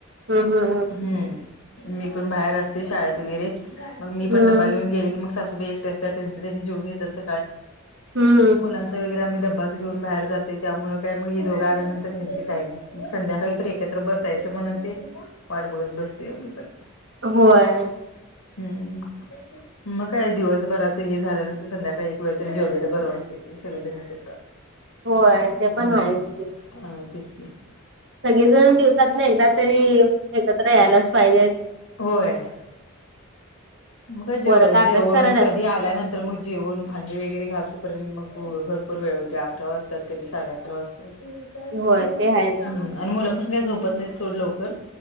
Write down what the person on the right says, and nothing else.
हम् हम हम.
हम्म
हम्म
होय
होय ते पण
आहेच की
सगळेजण दिवसात ना एकदा तरी एकत्र यायलाच पाहिजे.
पोरं का अभ्यास
करायल्यात
होय
ते आहेच